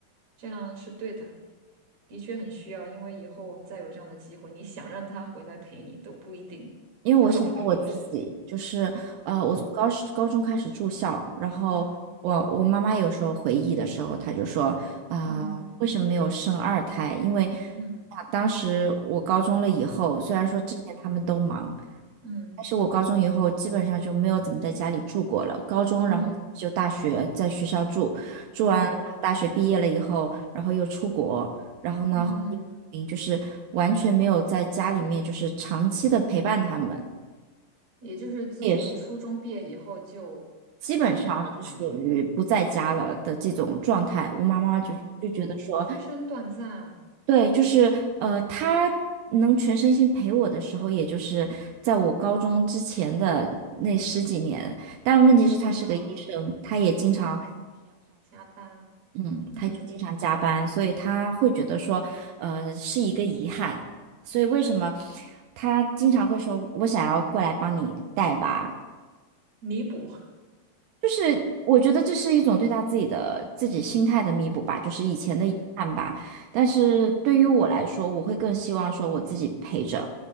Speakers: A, on the right; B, on the right.
A: 这样是对的，的确很需要，因为以后再有这样的机会，你想让他回来陪你都不一定，
B: 因为我想到我自己，
A: 他都不一定有时间。
B: 就是呃，
A: 嗯
B: 我从高高中开始住校，然后我我妈妈有时候回忆的时候，
A: 嗯
B: 她就说啊、
A: 嗯
B: 为什么没有生二胎？因为
A: 嗯
B: 啊当时我高中了以后，虽然说之前他们都忙，
A: 嗯嗯
B: 但是我高中以后基本上就没有怎么在家里住过了。高中，
A: 嗯
B: 然后就大学在学校住，住完然后大学毕业了以后，
A: 嗯嗯。
B: 然后又出国。然后呢，
A: 嗯
B: 就是完全没有在家里面就是长期的陪伴他们，
A: 也就是自从初中毕业以后就不在家了的感觉
B: 也是基本上是属于不在家了的这种状态。我妈妈就就觉得说，
A: 啊，确实很短暂
B: 对，就是呃，她能全身心陪我的时候，也就是在我高中之前的那十几年。但问题是，她是个医生，
A: 啊，
B: 她也经常
A: 对，加班，
B: 嗯，
A: 嗯，
B: 他就经常加班，所以他会觉得说，呃，是一个遗憾。所以为什么他经常会说，我想要过来帮你带娃，
A: 弥补，
B: 就是我觉得这是一种对他自己的自己心态的弥补吧，就是以前的遗憾吧。
A: <laughs> 对，
B: 但是对于我来说，我会更希望说我自己陪着，